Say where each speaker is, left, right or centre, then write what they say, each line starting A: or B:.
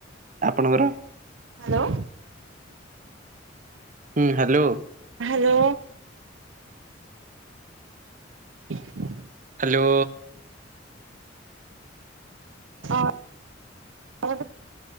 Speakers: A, on the right (about 45°); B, on the right (about 80°).
A: ଆପଣଙ୍କର?
B: ହାଲୋ।
A: ହୁଁ ହାଲୋ।
B: ହାଲୋ। ହ
A: ହାଲୋ।
B: ଅ ଅ